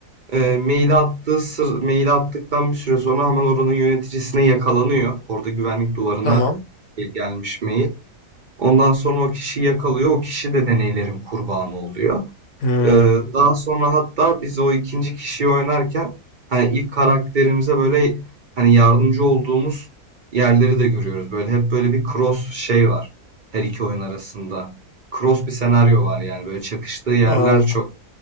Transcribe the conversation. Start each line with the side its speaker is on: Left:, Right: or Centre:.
Right: E, maili attığı sır, maili attıktan bir süre sonra hemen oranın yöneticisine yakalanıyor. Orada güvenlik duvarına
Left: Tamam.
Right: gelmiş mail. Ondan sonra o kişiyi yakalıyor. O kişi de deneylerin kurbanı oluyor.
Left: Hmm.
Right: Ee, daha sonra hatta biz o ikinci kişiyi oynarken hani ilk karakterimize böyle hani yardımcı olduğumuz yerleri de görüyoruz. Böyle hep böyle bir cross şey var her iki oyun arasında. Cross bir senaryo var yani böyle çakıştığı yerler
Left: Allah.
Right: çok.